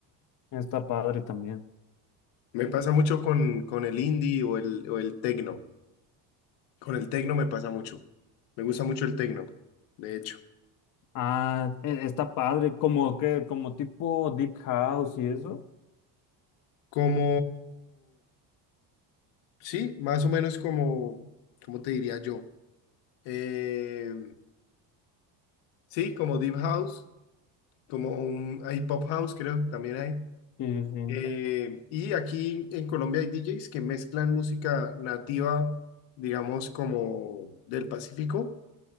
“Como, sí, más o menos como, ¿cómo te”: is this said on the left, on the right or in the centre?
Left